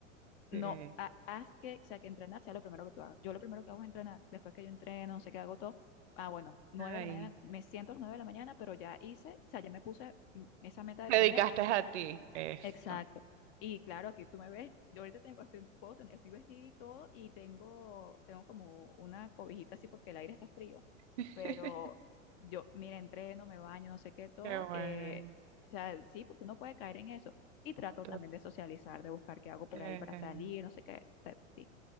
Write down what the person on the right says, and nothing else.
sí.
Ay,
te
dedicaste a ti. Eso.
<laughs>
Qué bueno.
to-
eh,